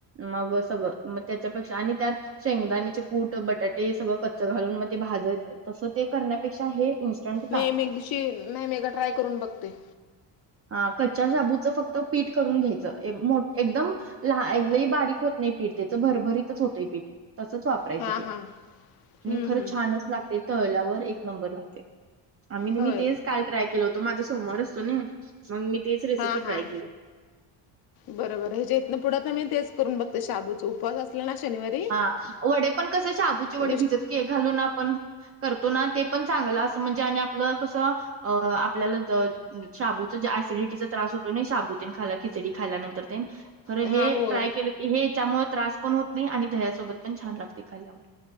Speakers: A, on the right; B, on the left.
A: मग सगळं मग त्याच्यापेक्षा आणि त्यात शेंगदाणेचे कूट बटाटे सगळं कच्च घालून मग ते भाजय तसं ते करण्या पेक्षा हे इंस्टंट
B: नै मी एक दिवशी नाय मी एकदा ट्राय करून बघते.
A: अ कच्च्या शाबूचं फक्त पीठ करून घ्यायचं एक मो एकदम लहा ऐक बारीक होत नाही पीठ त्याचं भरभरीतच होतंय पीठ तसंच वाप कारायच
B: हा
A: ते
B: हा हम्म,
A: आणि खरं
B: हम्म.
A: छानच लागते तळल्यावर एक नंबर लागते. आम्ही
B: होय
A: मी तेच काल ट्राय केलं होतो माझा सोमवार असतो ना मंग मी. तेच रेसिपी
B: हां
A: ट्राय
B: हां.
A: केली.
B: बरोबर आहे जे इथंनं पुढ त मी तेच करून बघते शाबूचा उपास आस पल्याला शनिवार
A: हा वडे पण कसे शाबूचे वडे
B: मिस्ट
A: भिजत के घालून आपण करतो ना ते पण चांगलं अस म्हणजे आणि आपलं कसं अ आपल्याला द शाबूचा एसिडिटीचा त्रास होतो नई शाबू ते न खाला खिचडी खाल्यानंतर तेन खरं
B: हा
A: हे
B: होय
A: ट्राय केलं की हेच्यामुळे त्रास पण होत नाही आणि दह्यासोबत पण छान लागते खायल्यावर.